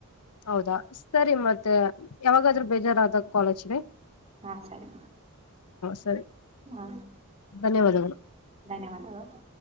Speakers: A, on the left; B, on the right.
A: ಹೌದಾ ಸರಿ ಮತ್ತೆ ಯಾವಾಗಾದ್ರೂ ಬೇಜಾರಾದ ಕಾಲ ಹಚ್ಚ್ರಿ.
B: ಹಾ ಸರಿ
A: ಸರಿ
B: ಹಾ.
A: ಧನ್ಯವಾದಗಳು.
B: ಧನ್ಯವಾದಗಳು.